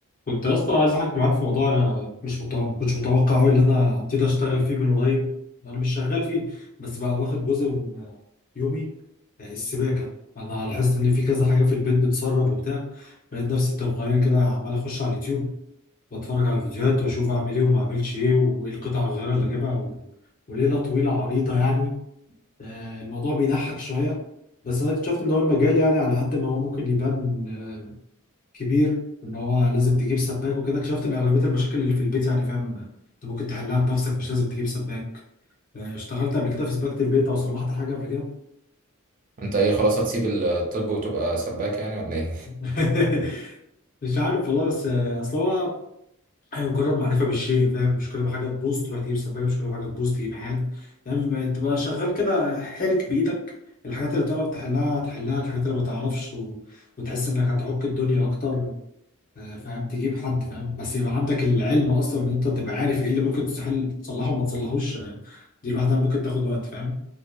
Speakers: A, on the left; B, on the right.
A: كنت يا اسطى عايز احكي معاك في موضوع انا مش متوقع ما كنتش متوقع قوي ان انا هبتدي اشتغل فيه من قريب انا مش شغال فيه بس بقى واخد جزء من يومي آه، السباكه انا لاحظت ان في كذا حاجه في البيت بتسرب وبتاع لقيت نفسي تلقائيا كده عمال اخش على اليوتيوب بتفرج على فيديوهات واشوف اعمل ايه وما اعملش ايه وايه القطع الغيار اللي اجيبها و... وليله طويله عريضه يعني آه، الموضوع بيضحك شويه بس انا اكتشفت ان هو المجال يعني على قد ما هو ممكن يبان آه، كبير ان هو لازم تجيب سباك وكده اكتشفت ان اغلبيه المشاكل اللي في البيت يعني فاهم انت ممكن تحلها بنفسك مش لازم تجيب سباك آه، اشتغلت قبل كده في سباكه البيت او صلحت حاجه قبل كده
B: انت ايه خلاص هتسيب الطب وتبقى سباك يعني ولا ايه
A: <laughs> مش عارف والله بس آه، اصل هو هي مجرد معرفه بالشيء فاهم مش كل ما حاجه تبوظ تروح تجيب سباكه مش كل ما حاجه تبوظ تجيب حاد يعني ما تبقى شغال كده حرك بايدك الحاجات اللي تعرف تحلها تحلها الحاجات اللي ما تعرفش و... وتحس انك هتعك الدنيا اكتر آه، فاهم تجيب حد فاهم بس يبقى عندك العلم اصلا ان انت تبقى عارف ايه اللي ممكن تستحيل تصلحه وما تصلحوش آه، دي لوحدها ممكن تاخد وقت فاهم